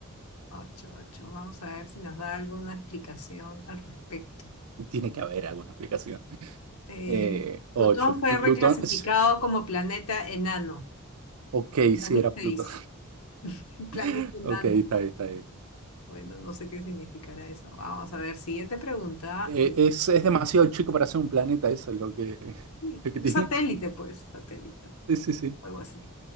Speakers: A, on the left; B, on the right.
A: Ocho, ocho. Vamos a ver si nos da alguna explicación al respecto.
B: Tiene que haber alguna explicación.
A: Eh,
B: Eh, ocho,
A: Plutón
B: Plutón.
A: fue reclasificado
B: <laughs>
A: como planeta enano
B: Ok,
A: en
B: sí,
A: 2006.
B: era Plutón.
A: <laughs> Un Planeta
B: <laughs>
A: enano.
B: Ok, está bien, está bien.
A: Bueno, no sé qué significará eso. Vamos a ver. Siguiente pregunta.
B: Eh,
A: Eh,
B: es, es demasiado chico para ser un planeta, eso es lo que,
A: sí,
B: lo que tiene.
A: satélite, pues, satélite,
B: Sí, sí, sí.
A: algo así.